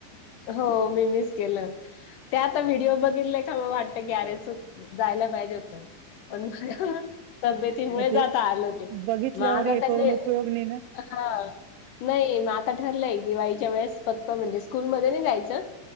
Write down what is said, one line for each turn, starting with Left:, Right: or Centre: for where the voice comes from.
Left: हो मी मीस केलं. ते आता व्हिडिओ बघितले का वाटतं की अरे चुक जायला पाहिजे होतं. पण मग तब्येत मुळे
Right: मग ते
Left: जात आलं नाही
Right: बघितल्यावर
Left: मग आता
Right: हे
Left: त्यांनी
Right: करून उपयोग नाही ना
Left: हां नाही मग आता ठरलंय दिवाळीच्या वेळेस फक्त म्हणजे स्कूलमध्ये नाही जायचं.